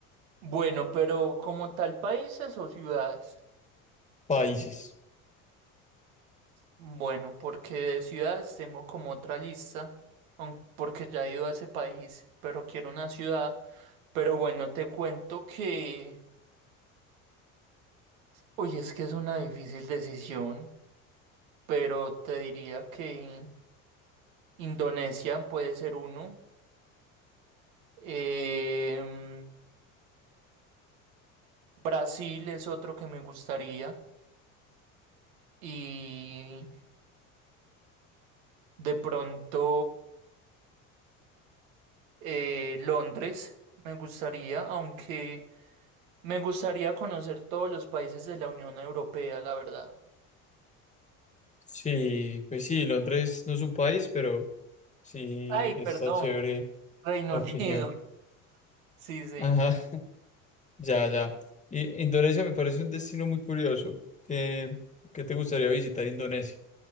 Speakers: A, on the right; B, on the left.
A: Bueno, pero como tal, países o ciudades.
B: Países.
A: Bueno, porque de ciudades tengo como otra lista, aun- porque ya he ido a ese país, pero quiero una ciudad. Pero bueno, te cuento que, oye, es que es una difícil decisión, pero te diría que Indonesia puede ser uno. Em, Brasil es otro que me gustaría. Y de pronto eh, Londres me gustaría, aunque me gustaría conocer todos los países de la Unión Europea, la verdad.
B: Sí, pues sí, Londres no es un país, pero sí
A: Ay, perdón,
B: está chévere
A: Reino
B: la opinión.
A: <laughs> Unido. Sí, sí.
B: Ajá, <laughs> ya, ya. Y Indonesia me parece un destino muy curioso. ¿Qué, qué te gustaría visitar Indonesia?